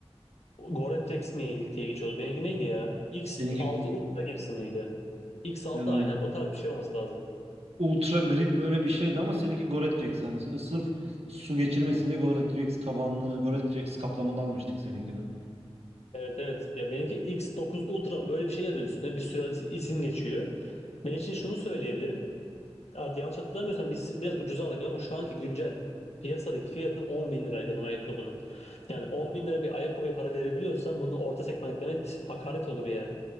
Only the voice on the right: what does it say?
Seninki
e,
Ultra Grip öyle bir şeydi ama seninki Gore-Tex yani s- sırf su geçirmesin diye Gore-Tex tabanlı, Gore-Tex kaplamalı almıştık seninkini.